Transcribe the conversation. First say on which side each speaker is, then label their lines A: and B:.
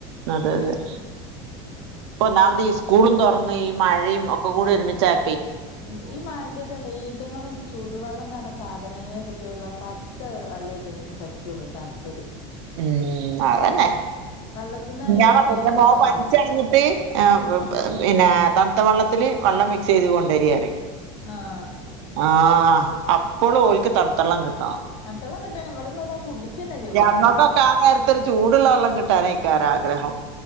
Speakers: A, on the right (about 85°); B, on the left (about 40°).
A: അതെ അതെ പ്പം ഒന്നാമത് ഈ സ്കൂളും തുറന്ന് ഈ മഴയും ഒക്കെ കൂടെ ഒരുമിച്ചായ
B: ഉം ഈ മഴ ന്റെതല്ലെ ഈ റ്റെങ്ങളൊന്നും ചുടുവെള്ളം ന്നർ ഞ്ഞ സാധനേ കുടിച്ചൂലാ പച്ചവെള്ള അയ്റ്റങ്ങൾക്ക് പറ്റുള്ളൂ തണ്ത്തത്
A: ഉം അതെന്നെ
B: വെള്ളത്തിന്നാണ്
A: ഞാൻ
B: വരുന്ന
A: പ്പം പറഞ്ഞില്ലെ
B: ഈ
A: മേൻ
B: രോഗങ്ങള്
A: പനിച്ചയ്ഞ്ഞിട്ട് ആ പിന്നെ തൺത്ത വെള്ള ത്തില് വെള്ളം മിക്സൈത് കൊണ്ട രീ അറിയും
B: ആ
A: ആ അപ്പളും ഓൽക്ക് തൺത്തളളം കിട്ട
B: തൺത്തള്ളം കിട്ട <unintelligible> കുടിച്ചി ന്നെല്ല കൊട്ത്താല്
A: ഞമ്മക്കൊക്കെ ആ നേരത്തൊരു ചൂടുള്ള വെള്ളം കിട്ടാനേക്കാരം ആഗ്രഹം